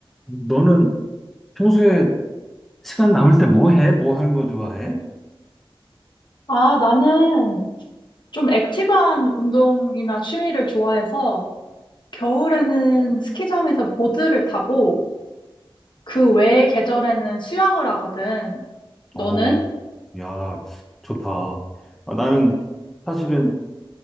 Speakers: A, in the centre; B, on the left.
A: 너는 평소에 시간 남을 때 뭐 해? 뭐 하는 거 좋아해?
B: 아, 나는 좀 액티브한 운동이나 취미를 좋아해서 겨울에는 스키장에서 보드를 타고 그 외의 계절에는 수영을 하거든. 너는?
A: 어, 야, 좋다. 아, 나는 사실은